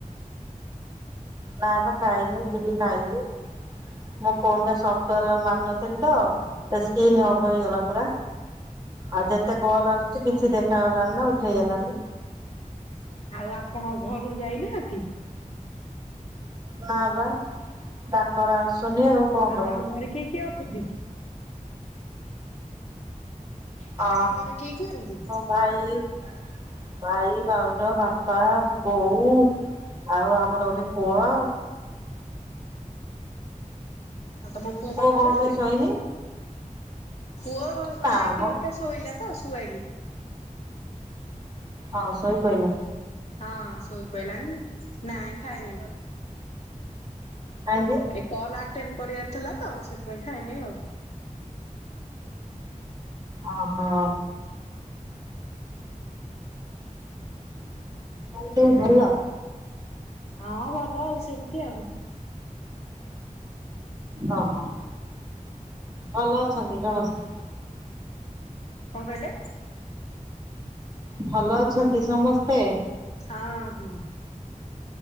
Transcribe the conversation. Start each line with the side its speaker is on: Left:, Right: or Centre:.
Right: ନା ପା ଖାଇନି, ଯିବି ଖାଇବି, ମୋ ଫୋନ୍ ଟା ସଫ୍ଟୱାର୍ ମାନ ଥିନି ତ, ଏ ସ୍କିନ୍
Left: ହଁ
Right: ଅଫ୍ ହେଇଗଲା ପୁରା, ଆଉ ଯେତେ କଲ୍ ଆସ କିଛି ଦେଖାଗଲାନି ନା ଉଠେଇ ହେଲାନି।
Left: ଆଉ ଆପଣ ଘରକୁ ଯାଇନାହାନ୍ତି?
Right: ନା ବା ଡାକରା ଆସୁନି ଆଉ। କଣ
Left: ଆପଣଙ୍କ
Right: କରିବୁ
Left: ଘରେ କିଏ କିଏ ଅଛନ୍ତି? ଆପଣଙ୍କ
Right: ଅ,
Left: ଘରେ କିଏ କିଏ ଅଛନ୍ତି?
Right: ଭାଇ ଭାଇ, ଭାଉଜ, ବାପା, ବୋଉ ଆଉ ଆମର ଗୋଟେ ପୁଅ।
Left: ଆଉ ତୋମ ପୁଅ ପାଠ
Right: କଣ
Left: ପଢିଲାଣି?
Right: ପାଇଁ ଶୋଇନି
Left: ପୁଅ
Right: ନା
Left: ଖାଇକି
Right: ମ
Left: ଅବିକା ଶୋଇଲା ତ ଶୁଆଇଲି।
Right: ହଁ ଶୋଇ ପଇଲା।
Left: ହଁ ଶୁଇ ପଇଲାଣି ନାଇଁ ଖାଇନି।
Right: କାହିଁକି?
Left: ଏ କଲ୍ ଆଟେଣ୍ଡ କରିବାର ଥିଲା ତ ସେଥିପାଇଁ ଖାଇନି ଆଉ।
Right: ଓ ହୋ। ଆଉ ସବୁ ଭଲ?
Left: ହଁ ଭଲ ଆଉ ସେମିତି ଆଉ।
Right: ଓହୋ। ଭଲ ଅଛନ୍ତି ସମସ୍ତେ?
Left: କଣ କହିଲେ?
Right: ଭଲ ଅଛନ୍ତି ସମସ୍ତେ?
Left: ହଁ ହଁ।